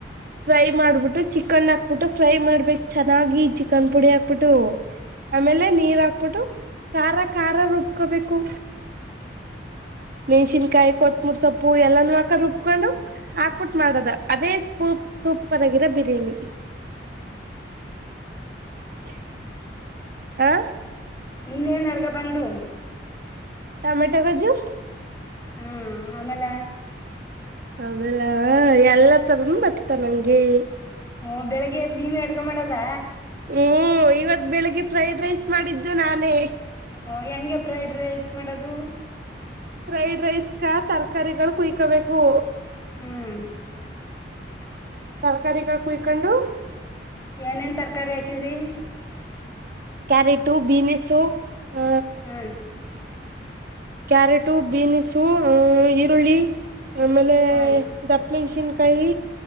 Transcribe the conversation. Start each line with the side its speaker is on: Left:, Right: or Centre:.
Right: ಫ್ರೈ ಮಾಡ್ಬಿಟ್ಟು ಚಿಕನ್ ಹಾಕ್ಬಿಟ್ಟು ಫ್ರೈ ಮಾಡ್ಬೇಕ್ ಚೆನ್ನಾಗಿ ಚಿಕನ್ ಪುಡಿ ಹಾಕ್ಬಟ್ಟು ಆಮೇಲೆ ನೀರ್ ಹಾಕ್ಬಿಟ್ಟು ಖಾರ ಖಾರ ೊಬ್ಕೋಬೇಕು. ಮೆಣ್ಸಿನ್ಕಾಯಿ ಕೊತ್ಮೂರಿ ಸೊಪ್ಪು ಎಲ್ಲಾನ ಹಾಕ ರುಬ್ಕೊಂಡು ಹಾಕ್ಬಿಟ್ಟು ಮಾಡದ ಅದೇ ಸ್ಪೂಪ್ ಸೂಪರ್ ಆಗಿರೋ ಬಿರಿಯಾನಿ. <inaudible> ಆ.
Left: ಇನ್ನೇನ್ರ್ಗ ಬಂದು.
Right: ಟಮೆಟೊ ಗೊಜ್ಜು.
Left: ಹಾ ಆಮೇಲೆ.
Right: ಆಮೇಲ ಎಲ್ಲ ತರ ಮತ ನಂಗೆ.
Left: ಓ ಬೆಳಿಗ್ಗೆ ಎದ್ ನೀವ ಅಡ್ಗ ಮಾಡದ.
Right: ಹ್ಮ್ ಇವತ್ ಬೆಳಿಗ್ಗೆ ಫ್ರೈಡ್ ರೈಸ್ ಮಾಡಿದ್ದು ನಾನೇ.
Left: ಹ ಹೆಂಗೆ ಫ್ರೈಡ್ ರೈಸ್ ಮಾಡದು.
Right: ಫ್ರೈಡ್ ರೈಸ್ ಕ ತರಕಾರಿಗಳು ಕುಯ್ಕೋಬೇಕು.
Left: ಹ್ಮ್.
Right: ತರ್ಕಾರಿಗಳು ಕುಯ್ಕೊಂಡು.
Left: ಏನೇನ್ ತರಕಾರಿ ಹಾಕಿದ್ರಿ.
Right: Carrot beans. ಹ
Left: ಹ್ಮ್
Right: ಕ್ಯಾರೆಟು ಬಿೀನ್ಸ್ ಈರುಳ್ಳಿ ಆಮೇಲೆ
Left: ಹ್ಮ್
Right: ದಪ್ಪ ಮೆಣ್ಸಿನ್ಕಾಯಿ.